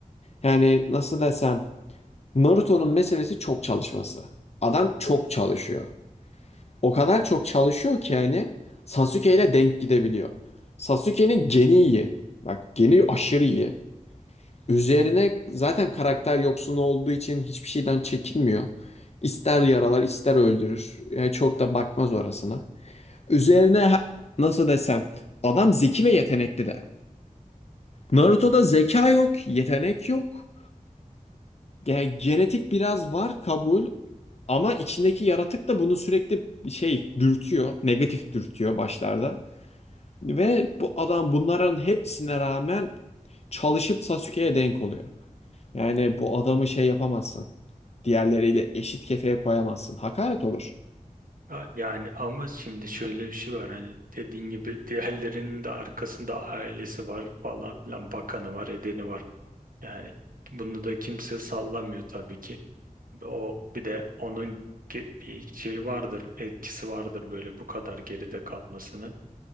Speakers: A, on the left; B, on the right.
A: yani nasıl desem Naruto'nun meselesi çok çalışması. Adam çok çalışıyor. O kadar çok çalışıyor ki yani Sasuke ile denk gidebiliyor. Sasuke'nin geni iyi. Bak geni aşırı iyi. Üzerine zaten karakter yoksun olduğu için hiçbir şeyden çekinmiyor. İster yaralar, ister öldürür. Yani çok da bakmaz orasına. Üzerine ha- nasıl desem adam zeki ve yetenekli de. Naruto'da zeka yok, yetenek yok. Yani genetik biraz var kabul ama içindeki yaratık da bunu sürekli şey dürtüyor, negatif dürtüyor başlarda. Ve bu adam bunların hepsine rağmen çalışıp Sasuke'ye denk oluyor. Yani bu adamı şey yapamazsın. Diğerleriyle eşit kefeye koyamazsın. Hakaret olur.
B: Ha, Yani ama şimdi şöyle bir şey var hani dediğin gibi diğerlerinin de arkasında ailesi var falan filan bakanı var edeni var. Yani bunu da kimse sallamıyor tabii ki. O bir de onun ge- bir şeyi vardır etkisi vardır böyle bu kadar geride kalmasının.